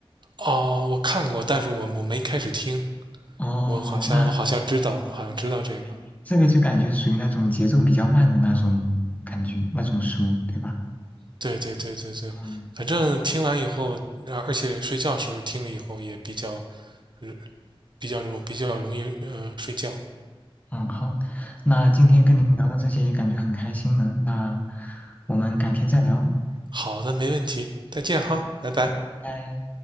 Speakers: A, on the right; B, on the left.
A: 哦，我看过，但是我我没开始听。
B: 哦，
A: 我好像我好像知道，
B: 那对
A: 好像知道这个。
B: 对，这个就感觉属于那种节奏比较慢的那种感觉，那种书，对吧？
A: 对对对对对，
B: 嗯
A: 反正听完以后，啊而且睡觉时候听了以后也比较，呃比较容比较容易呃睡觉。
B: 嗯，好，那今天跟您聊到这些也感觉很开心了，
A: 嗯，
B: 那我们改天再聊。
A: 好的，没问题，再见哈，
B: 好，
A: 拜拜。
B: 好，拜拜。